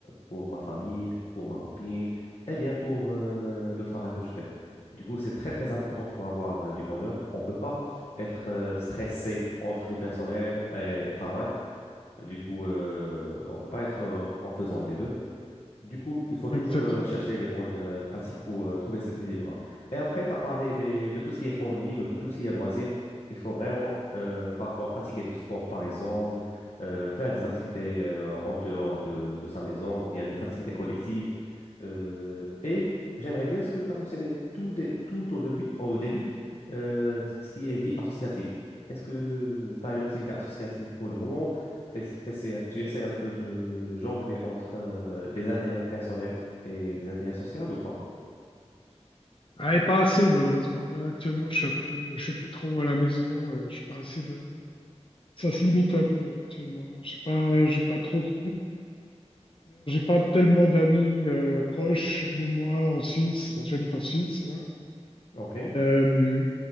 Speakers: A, on the left; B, on the left.
A: pour ma famille, pour ma copine et bien pour euh, le travail que je fais. Du coup, c'est très, très important pour avoir euh, du bonheur. On ne peut pas être euh, stressé entre vie personnelle et et travail du coup, euh, on peut pas être heureux en faisant les deux. Du coup, il faut toujours
B: Exactement.
A: euh, chercher les bonnes euh, pratiques pour euh, trouver cet équilibre-là. Et après, tu as parlé des- de tout ce qui est temps libre, de tout ce qui est loisir. Il faut vraiment euh, parfois pratiquer du sport, par exemple, euh, faire des activités euh, en dehors de, de sa maison ou bien des activités collectives. Euh, et j'aimerais bien ce que tu as mentionné tout, dé- tout au début, au début euh, ce qui est vie associative. Est-ce que tu as une activité associative pour le moment? t'ess- t'essaies- tu essaies un peu de jongler entre euh, des intérêts personnels et des intérêts sociaux ou pas?
B: Ah, et pas assez, malheureusement. Là, actuellement, je suis un peu, je suis un peu trop à la maison. euh, Je suis pas assez de. Ça se limite un peu actuellement. J'ai pas, j'ai pas trop de- <clears throat> J'ai pas tellement d'amis euh, proches de moi en Suisse, parce que j'habite en Suisse, là.
A: OK.
B: Euh,